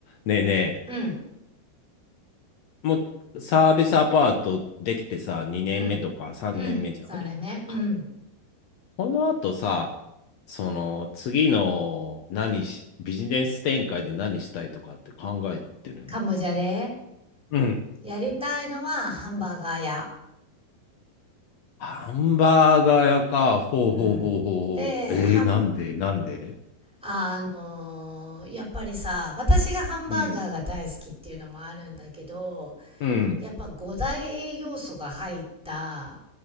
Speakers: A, on the left; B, in the centre.
A: ねえねえ
B: うん、
A: もうサービスアパートできてさ2年目とか3年目じゃんか
B: うん、うん、そうだねうん。
A: この後さその次の何しビジネス展開で何したいとかって考えてるん
B: カンボジアで。
A: うん
B: やりたいのはハンバーガー屋。
A: ハンバーガーやか方方法
B: うん。で、
A: a
B: ハン、
A: なんてなんで
B: あのーやっぱりさ、私がハンバーガーが大好きっていうのもあるんだけど、
A: うんうん
B: やっぱ五大栄養素が入った、